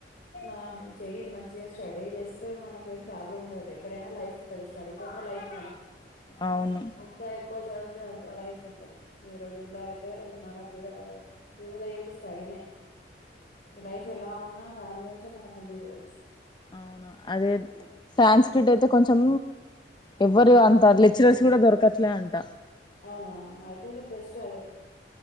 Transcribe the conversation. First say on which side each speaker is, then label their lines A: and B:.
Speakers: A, on the left (about 55°); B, on the left (about 25°).
A: ఆ చెయ్యి మంచిగా స్టడీ చేస్తే మనకి ఏం ప్రాబ్లమ్ ఉండదు ఎక్కడైనా లైఫ్ ఉంటది స్టడీతోనే లై ఫ్
B: అవును
A: ఎంత ఎక్కువ చదు వుతే అంత లైఫ్ ఉంది ఈ రోజుల్లో అయితే మనకు ఇగా యూజ్ అయ్యేది స్టడీనే మీ లైఫ్ ఎలా ఉన్నా దాని నుంచే మనం ముందుకు పోవచ్చు
B: అవును అదే సాన్స్క్రిట్ అయితే కొంచం ఎవ్వరూ
A: ఉమ్
B: అంత లెక్చరర్స్ గూడ దొరకట్లే అంట
A: అవునా ఆయితే ఆయితే బెస్ట్ అదే